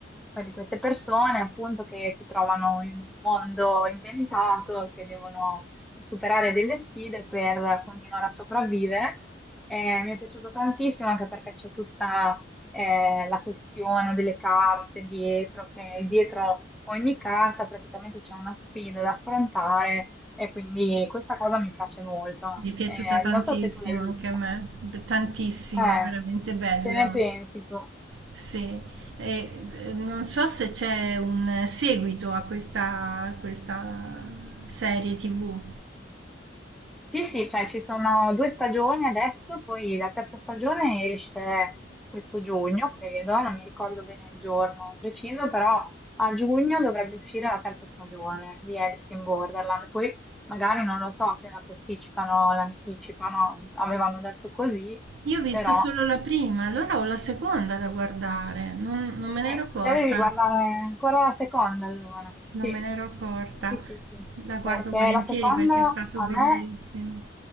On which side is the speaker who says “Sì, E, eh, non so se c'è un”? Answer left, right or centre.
Right